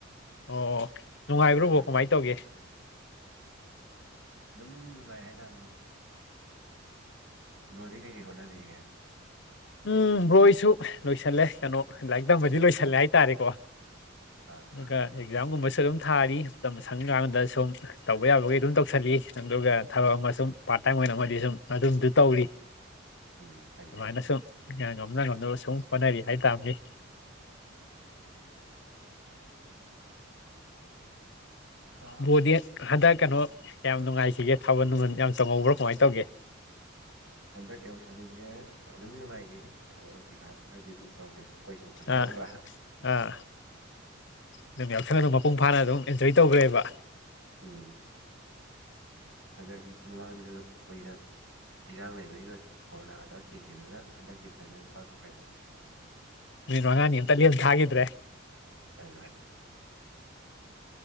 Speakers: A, on the left (about 55°); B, on the right (about 70°).
A: ꯑꯣ ꯅꯨꯡꯉꯥꯏꯕ꯭ꯔꯕꯣ
B: ꯃꯥꯁꯇꯔ
A: ꯀꯃꯥꯏꯅ
B: ꯇꯧꯕꯩ
A: ꯇꯧꯒꯦ
B: ꯑꯗꯨꯝ ꯅꯨꯡꯉꯥꯏ ꯍꯥꯏꯇꯥꯔꯅꯦ ꯕꯔꯣꯗꯤ ꯀꯩꯀꯩ ꯍꯣꯠꯅꯕꯤꯒ
A: ꯎꯝ ꯍꯣꯏꯁꯨ ꯂꯣꯏꯁꯤꯜꯂꯦ ꯀꯩꯅꯣ ꯂꯥꯏꯔꯤꯛ ꯇꯝꯕꯗꯤ ꯂꯣꯏꯁꯜꯂꯦ ꯍꯥꯏꯇꯥꯔꯦꯀꯣ
B: ꯑꯥ
A: ꯀ ꯑꯦꯛꯖꯥꯝꯒꯨꯝꯁ ꯑꯗꯨꯝ ꯊꯥꯔꯤ ꯃꯇꯝ ꯁꯪꯀꯥꯟꯗ ꯁꯨꯝ ꯇꯧꯕ ꯌꯥꯕꯒꯤ ꯑꯗꯨꯝ ꯇꯧꯁꯜꯂꯤ ꯑꯗꯨꯒ ꯊꯕꯛ ꯑꯃ ꯁꯨꯝ ꯄ ꯉꯥꯛꯇꯪ ꯑꯣꯏꯅ ꯑꯃꯗꯤꯗꯤ ꯁꯨꯝ ꯑꯗꯨꯝꯁꯨ ꯇꯧꯔꯤ
B: ꯎꯝ ꯐꯩ
A: ꯑꯗꯨꯃꯥꯏꯅ
B: ꯂꯩ ꯑꯗꯨ
A: ꯁꯨꯝ ꯉꯝꯅ ꯉꯝꯅꯕ ꯁꯨꯝ ꯍꯣꯠꯅꯔꯤ ꯍꯥꯏꯇꯥꯥꯔꯅꯤ
B: <unintelligible> ꯍꯥ
A: ꯕꯣꯗꯤ ꯍꯟꯗꯛ ꯀꯩꯅꯣ ꯌꯥꯝ ꯅꯨꯡꯉꯥꯏꯁꯤꯒꯦ ꯊꯥꯕꯜ ꯅꯨꯡꯃ ꯌꯥꯝ ꯆꯪꯍꯧꯕ꯭ꯔꯣ ꯀꯃꯥꯏꯅ ꯇꯧꯒꯦ
B: ꯍꯟꯗꯛ ꯌꯥꯎꯁꯪꯁꯦ ꯑꯗꯨꯝ ꯅꯨꯡꯉꯥꯏꯈꯤꯅꯤ ꯊꯕꯛ ꯀꯩꯀꯥ ꯈꯔꯗꯤ ꯑꯗꯨꯝ ꯇꯧꯈ꯭ꯔꯦ ꯀꯣꯏ ꯆꯠꯄ ꯂꯥꯡꯕ
A: ꯑꯥ ꯑꯥ ꯑꯗꯨꯝ ꯌꯥꯎꯁꯪꯅ ꯑꯗꯨꯝ ꯃꯄꯨꯡ ꯐꯥꯅ ꯑꯗꯨꯝ ꯑꯦꯟꯖꯣꯏ ꯇꯧꯈ꯭ꯔꯦꯕ
B: ꯎꯝ ꯍꯟꯗꯛ ꯃꯃꯥꯡꯗ ꯀꯨꯏꯅ ꯏꯔꯥꯡ ꯂꯩꯕꯒ ꯀꯣꯔꯣꯅꯥꯒ ꯇꯧꯔ ꯊꯤꯡꯈꯤꯕꯗꯨꯅ ꯍꯟꯗꯔꯇꯤ ꯐꯥꯏꯖꯅ ꯄꯥꯡꯊꯣꯛꯈ꯭ꯔꯦꯅ
A: ꯅꯣ ꯉꯅꯤ ꯑꯝꯇ ꯒꯥꯞ ꯊꯥꯒꯤꯗ꯭ꯔꯦ
B: ꯑ